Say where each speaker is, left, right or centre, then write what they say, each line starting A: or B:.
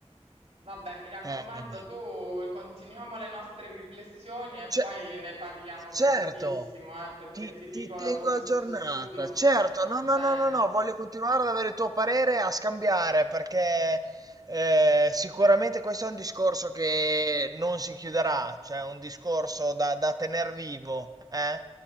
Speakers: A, on the right (about 70°); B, on the right (about 35°).
A: Vabbè, mi raccomando,
B: Eh, eh,
A: tu continuiamo le nostre riflessioni e
B: ce-
A: poi ne parliamo
B: certo,
A: prestissimo, eh, perché
B: ti,
A: ti dico
B: ti tengo
A: dopo questo
B: aggiornata,
A: studio.
B: certo, no,
A: Bene,
B: no, no, no, no, voglio continuare ad avere il tuo parere e a scambiare perché eh, sicuramente questo è un discorso che non si chiuderà, cioè è un discorso da, da tener vivo, eh?